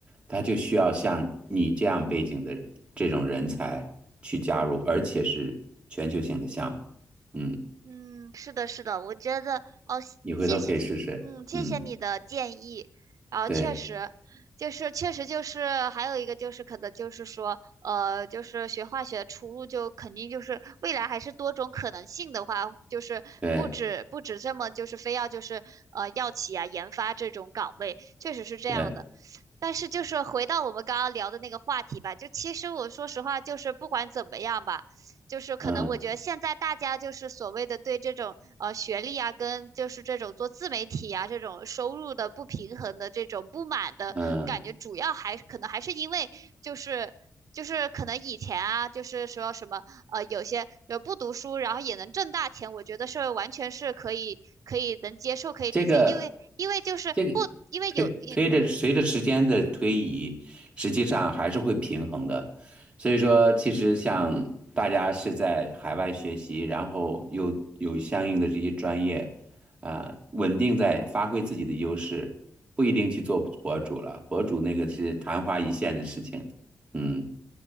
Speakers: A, on the right (about 20°); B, on the right (about 70°).
A: 他就需要像你这样背景的这种人才去加入，而且是全球性的项目。嗯，
B: 嗯，是的，是的，我觉得哦，
A: 你回头可以试试。
B: 谢谢，嗯，谢谢你的建议。
A: 嗯，
B: 然后确实，
A: 对
B: 就是确实就是还有一个就是可能就是说，呃，就是学化学的出路就肯定就是未来还是多种可能性的话，就是不止不止这么就是非要就是呃药企啊研发这种岗位，
A: 对
B: 确实是这样的。
A: 对，
B: 但是就是回到我们刚刚聊的那个话题吧，就其实我说实话，就是不管怎么样吧，就是可能我觉得现在大家就是所谓的对这种呃学历啊，
A: 嗯
B: 跟就是这种做自媒体啊这种收入的不平衡的这种不满的感觉，
A: 嗯嗯。嗯
B: 主要还可能还是因为就是就是可能以前啊，就是说什么呃有些呃不读书然后也能挣大钱，我觉得是完全是可以可以能接受可以理解，
A: 这个
B: 因为因为就是不因为有嗯嗯。
A: 这个推推着随着时间的推移，实际上还是会平衡的。所以说，其实像大家是在海外学习，然后又有相应的这些专业，啊、稳定在发挥自己的优势，不一定去做博主了。博主那个是昙花一现的事情，嗯，